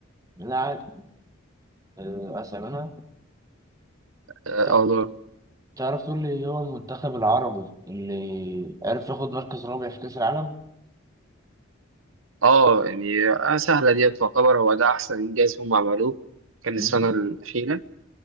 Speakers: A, on the right (about 20°); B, on the right (about 80°).
A: لا عادي آه، أسأل أنا
B: اه
A: طب
B: آه، دور
A: تعرف تقول لي إيه هو المنتخب العربي اللي عرف ياخد مركز رابع في كأس العالم؟
B: اه يعني آه، سهلة دي تعتبر هو ده أحسن إنجاز هم عملوه كان
A: مم.
B: السنة الأخيرة